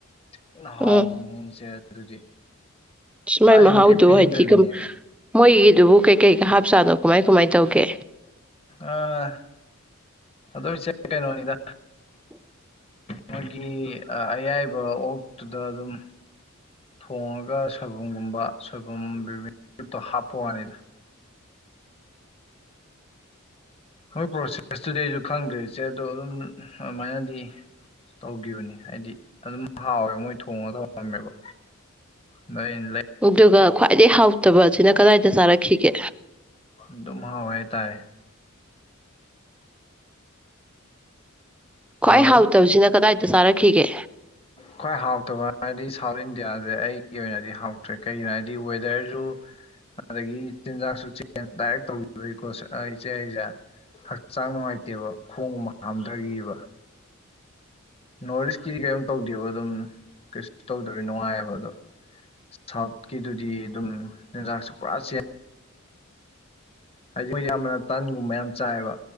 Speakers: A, on the left; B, in the centre.
A: ꯊꯤꯅ ꯍꯥꯎꯕꯤꯅꯦ
B: ꯎꯝ
A: ꯑꯩꯖꯦ ꯑꯗꯨꯗꯤ ꯆꯥꯔꯤꯃꯈꯩ
B: ꯃꯥꯢ ꯃꯍꯥꯎꯗꯣ
A: ꯄꯦꯟꯗꯕꯤꯅꯦꯃꯤ
B: ꯍꯥꯢꯗꯤ ꯀꯝ ꯃꯣꯢꯒꯤꯗꯨꯕꯨ ꯀꯩꯀꯩꯀ ꯍꯥꯞꯖꯠꯅꯣ ꯀꯃꯥꯢ ꯀꯃꯥꯢ ꯇꯧꯒꯦ
A: ꯑꯥ ꯑꯗꯣ ꯏꯆꯦ ꯀꯩꯅꯣꯅꯤꯗ
B: <inaudible>
A: ꯃꯣꯢꯒꯤ ꯑ ꯑꯌꯥꯢꯕ ꯑꯣꯛꯇꯨꯗ ꯑꯗꯨꯝ ꯊꯣꯡꯉꯒ ꯁꯣꯢꯕꯨꯝꯒꯨꯝꯕ ꯁꯣꯢꯕꯨꯝ ꯕꯤꯕꯤꯠꯇꯣ ꯍꯥꯞꯄ ꯋꯥꯅꯤꯗ ꯃꯣꯢ ꯄ꯭ꯔꯣꯁꯦꯁꯇꯨꯗꯤ ꯑꯩꯖꯨ ꯈꯪꯗ꯭ꯔꯦ ꯏꯆꯦ ꯑꯗꯣ ꯑꯗꯨꯝ ꯑꯗꯨꯃꯥꯢꯅꯗꯤ ꯇꯧꯒꯤꯕꯅꯤ ꯍꯥꯢꯗꯤ ꯑꯗꯨꯝ ꯍꯥꯎꯋꯦꯕ ꯃꯣꯢ ꯊꯣꯡꯉꯒ ꯊꯃꯝꯃꯦꯕ <unintelligible> ꯂꯩ
B: ꯑꯗꯨꯒ ꯈ꯭ꯋꯥꯏꯗꯩ ꯍꯥꯎꯇꯕ ꯁꯤꯅ ꯀꯗꯥꯏꯗ ꯆꯥꯔꯛꯈꯤꯒꯦ
A: ꯑꯗꯨꯝ ꯍꯥꯎꯋꯦ ꯍꯥꯢꯇꯥꯔꯦ ꯍꯜꯂꯣ
B: ꯈ꯭ꯋꯥꯏ ꯍꯥꯎꯇꯕꯁꯤꯅ ꯀꯗꯥꯏꯗ ꯆꯥꯔꯛꯈꯤꯒꯦ
A: ꯈ꯭ꯋꯥꯏ ꯍꯥꯎꯇꯕ ꯍꯥꯏꯗꯤ ꯁꯥꯎꯠ ꯏꯟꯗꯤꯌꯥꯖꯦ ꯑꯩꯒꯤ ꯑꯣꯏꯅꯗꯤ ꯍꯥꯎꯇ꯭ꯔꯦ ꯀꯩꯒꯤꯅꯣ ꯍꯥꯏꯗꯤ ꯋꯦꯗꯔꯖꯨ ꯑꯗꯒꯤ ꯆꯤꯟꯖꯥꯛꯁꯨ ꯆꯦꯟꯖ ꯗꯥꯏꯔꯦꯛ ꯇꯧꯒꯤꯕꯩꯀꯣ ꯢꯆꯦ ꯑꯩꯁꯦ ꯍꯛꯆꯥꯡ ꯅꯨꯡꯉꯥꯏꯇꯦꯕ ꯈꯣꯡꯒꯨꯝꯕ ꯍꯥꯝꯗꯒꯤꯕ ꯅꯣꯔꯠ ꯏꯁꯀꯤꯗꯤ ꯀꯩꯅꯣꯝ ꯇꯧꯗꯦꯕ ꯑꯗꯨꯝ ꯀꯩꯁꯨ ꯇꯧꯗꯕꯤ ꯅꯨꯡꯉꯥꯏꯕ ꯑꯗꯣ ꯁꯥꯎꯠꯀꯤꯗꯨꯗꯤ ꯑꯗꯨꯝ ꯌꯦꯟꯖꯥꯛꯁꯨ ꯄꯨꯔꯥ ꯆꯦꯟ ꯍꯥꯏꯗꯤ ꯃꯣꯢ ꯌꯥꯝꯅ ꯇꯟꯒꯨꯝꯕ ꯌꯥꯝ ꯆꯥꯏꯌꯦꯕ